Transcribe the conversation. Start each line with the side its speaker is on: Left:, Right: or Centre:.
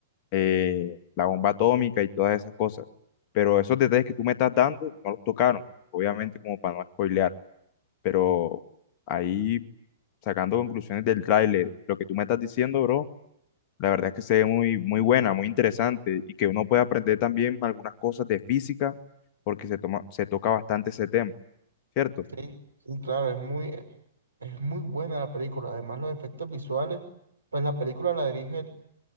Left: eh, la bomba atómica y todas esas cosas. Pero esos detalles que tú me estás dando no los tocaron, obviamente como para no spoilear, pero ahí sacando conclusiones del tráiler, lo que tú me estás diciendo, bro, la verdad es que se ve muy, muy buena, muy interesante y que uno puede aprender también algunas cosas de física porque se toma, se toca bastante ese tema, ¿cierto?
Right: Sí, sí, claro, es muy, es muy buena la película. Además, los efectos visuales, pues la película la dirige el,